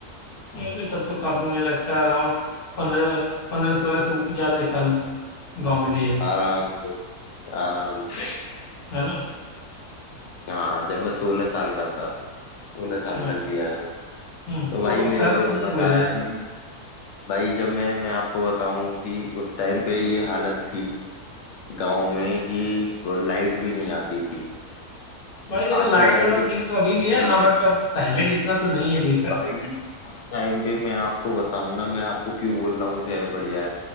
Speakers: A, on the left; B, on the left.
A: अरे तब तो काफी मुझे लगता है अराउंड पंद्रह पंद्रह सोलह से ऊपर ज्यादा ही साल गाँव में दिए
B: आराम से आराम से
A: है ना
B: हाँ जब मैं सोलह साल का था सोलह
A: हाँ
B: साल तक दिया है
A: हम्म
B: तो
A: तो
B: भाई
A: वो शहर
B: मेरे को
A: का
B: नहीं
A: मुंह
B: मजा
A: हुए थे।
B: आया मैं भाई जब मैं मैं आपको बताऊं कि उस टाइम पे ये हालत थी गांव में कि लाइट भी नहीं आती थी
A: भाई देखो
B: आज
A: लाइट
B: के
A: वाला
B: टाइम पे
A: सीन
B: तो
A: तो अभी भी
B: सही
A: है हाँ बट
B: है
A: अब पहले जितना तो नहीं है बेशक
B: भाई उस टाइम पे मैं आपको बताऊं ना मैं आपको क्यों बोल रहा हूँ शहर बढ़िया है